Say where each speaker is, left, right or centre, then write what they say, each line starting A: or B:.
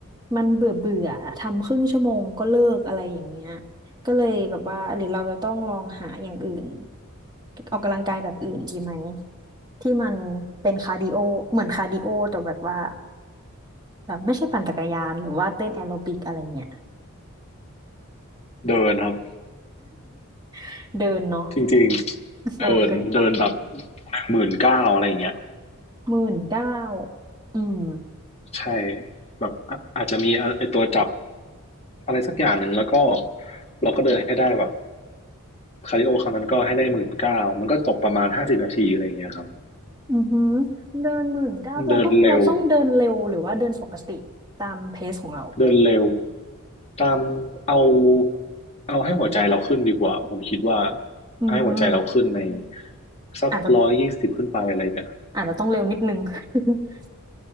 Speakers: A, on the right; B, on the left.
A: มันเบื่อเบื่อทำครึ่งชั่วโมงก็เลิกอะไรอย่างเงี้ยก็เลยแบบว่าหรือเราจะต้องลองหาอย่างอื่นออกกำลังกายแบบอื่นดีไหมที่มันเป็นคาร์ดิโอเหมือนคาร์ดิโอแต่แบบว่าแบบไม่ใช่ปั่นจักรยานหรือว่าเต้นแอโรบิกอะไรเงี้ย
B: เดินครับ
A: <laughs> เดินเนาะ
B: จริงๆเดินเดินแบบหนึ่งหมื่นเก้าอะไรอย่างเงี้ย
A: โอเคหมื่นเก้าอืม
B: ใช่แบบอะอาจจะมีไอตัวจับอะไรสักอย่างหนึ่งแล้วก็เราก็เดินให้ได้แบบคาร์ดิโอครั้งนั้นก็ให้ได้หมื่นเก้ามันก็ตกประมาณห้าสิบนาทีอะไรอย่างเงี้ยครับ
A: อือหือเดินหมื่นเก้าเราต้องเราต้องเดินเร็วหรือว่าเดินปกติตามเพซของเรา
B: เดินเร็ว เดินเร็วตามเอาเอาให้หัวใจเราขึ้นดีกว่าผมคิดว่า
A: อืม
B: ให้หัวใจเราขึ้นในสักร้อยยี่สิบขึ้นไปอะไรเงี้ย
A: อาจจะอาจจะต้องเร็วนิดนึง <laughs>